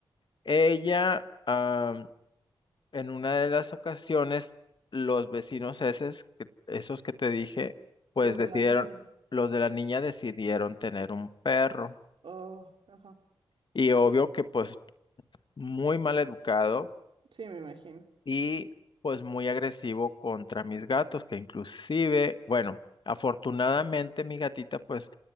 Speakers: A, on the left; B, on the right.
A: Ella, ah, en una de las ocasiones, los vecinos esos que, esos que te dije, pues
B: Los
A: decidieron,
B: de la niña.
A: los de la niña decidieron tener un perro.
B: Oh, ajá.
A: Y obvio que pues muy mal educado
B: Sí, me imagino.
A: y pues muy agresivo contra mis gatos, que inclusive, bueno, afortunadamente mi gatita pues